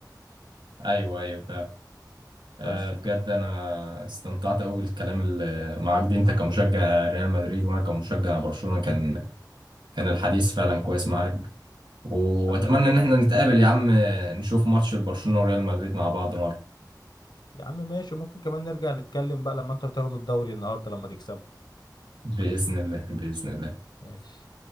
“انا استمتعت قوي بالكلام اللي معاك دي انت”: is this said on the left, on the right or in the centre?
Right